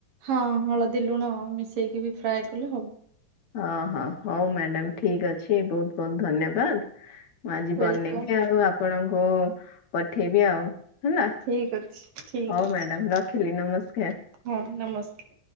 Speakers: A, on the right (about 75°); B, on the left (about 60°).
A: ହଁ ହଳଦୀ ଲୁଣ ମିଶେଇକି ବି ଫ୍ରାଏ କଲେ ହବ।
B: ହଁ ହଁ ହୋଉ ମ୍ୟାଡାମ୍ ଠିକ୍ ଅଛି ବହୁତ ବହୁତ ଧନ୍ୟବାଦ। ମୁଁ ଆଜି
A: ୱେଲକମ୍
B: ବନେଇବି ଆଉ ଆପଣଙ୍କୁ ପଠେଇବି ଆଉ ହେଲା
A: ଠିକ ଅଛି ଠିକ
B: ହୋଉ
A: ଅଛି
B: ମ୍ୟାଡାମ୍ ରଖିଲି ନମସ୍କାର।
A: ହଁ ନମସ୍କାର।